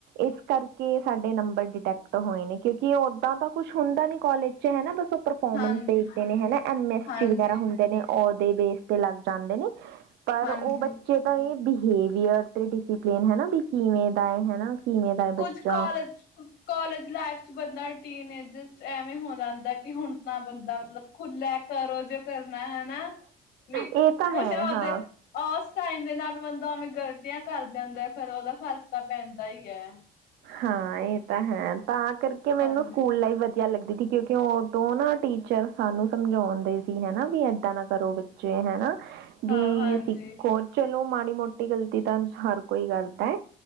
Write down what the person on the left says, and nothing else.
ਹਾਂਜੀ
ਹਾਂਜੀ
ਹਾਂਜੀ
ਕੁਝ
ਕਾਲਜ ਕਾਲਜ ਲਾਈਫ ਚ ਬੰਦਾ ਟੀਨ ਏਜ ਐਵੇਂ ਹੋ ਜਾਂਦਾ ਕਿ ਹੁਣ ਤਾਂ ਬੰਦਾ ਮਤਲਬ ਖੁੱਲਾ ਕਰੋ ਜੇ ਕਰਨਾ ਹਨਾ, ਵੀ
ਕੁਛ
ਉਹਦੇ
ਟਾਈਮ ਦੇ ਨਾਲ ਬੰਦਾ ਉਵੇਂ ਗ਼ਲਤੀਆਂ ਕਰ ਜਾਂਦਾ, ਫੇਰ ਉਹਦਾ ਫ਼ਰਕ ਤਾਂ ਪੈਂਦਾ ਹੀ ਐ।
ਹਾਂਜੀ
ਹਾਂ ਹਾਂਜੀ